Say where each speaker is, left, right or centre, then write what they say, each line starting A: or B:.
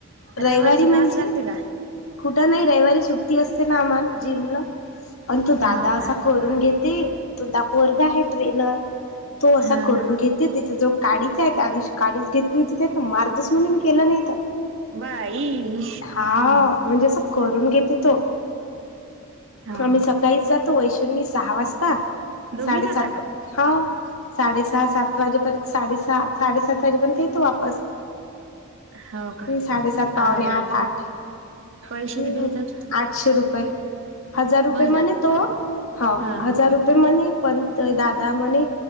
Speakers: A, on the right; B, on the left.
A: रविवारच
B: रयवारी म्हणजे
A: जाच लागते का
B: कुठं नाही रयवारी सुट्टी असते ना आम्हाला जिमला पण तो दादा
A: हो
B: असा
A: का
B: करून घेत ती तो दा पोरगा हाय ट्रेनर तो असा
A: हा
B: करून
A: हा
B: घेत की त्याच्या जवळ काडीच हाय त्या दिवशी काडीच घेतली होती त्यान मारतच म्हण केलं नाय त
A: बाई
B: हा म्हणजे अस करून घेते तो
A: हो
B: पण असं काहीच जातो वैशु नं मी सहा वाजता
A: दोघी
B: साडेसात
A: जाता का
B: हा साडे सहा सात वाजेपर्यंत साडे सहा साडेसात वाजेपर्यंत येतो वापस.
A: हो का
B: हम्म साडेसात पावंणे
A: आणि
B: आठ आठ
A: पैसे
B: हम्म
A: किती
B: हं
A: घेतात
B: आठशे रुपये. हजार रुपये
A: महिना
B: म्हणे तो हावं
A: हा हा
B: हजार रुपये म्हणी पण तर दादा म्हणे